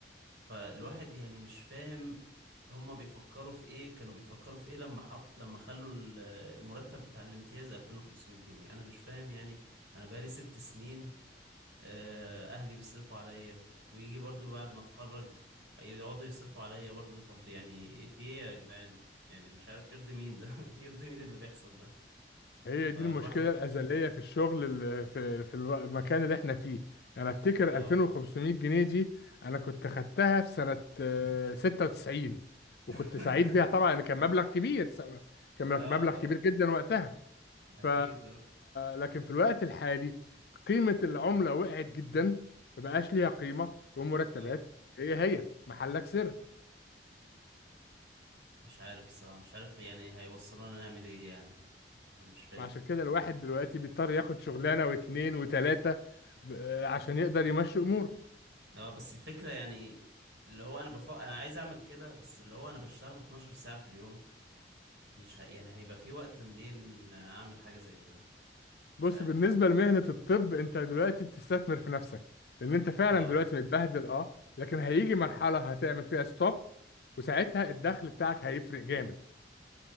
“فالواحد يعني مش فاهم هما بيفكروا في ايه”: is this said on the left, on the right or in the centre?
Right